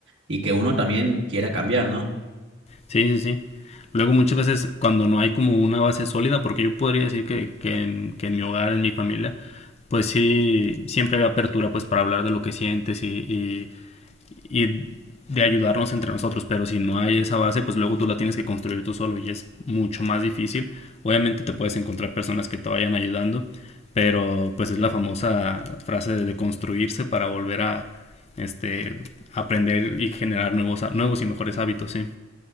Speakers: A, on the right; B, on the left.
A: y que uno también quiera cambiar, ¿no?
B: Sí, sí, sí. Luego muchas veces cuando no hay como una base sólida, porque yo podría decir que, que en, que en mi hogar, en mi familia, pues sí, siempre había apertura pues para hablar de lo que sientes y, y, y de ayudarnos entre nosotros, pero si no hay esa base, pues luego tú la tienes que construir tú solo y es mucho más difícil. Obviamente te puedes encontrar personas que te vayan ayudando, pero pues es la famosa frase de de construirse para volver a este aprender y generar nuevos ha- nuevos y mejores hábitos, sí.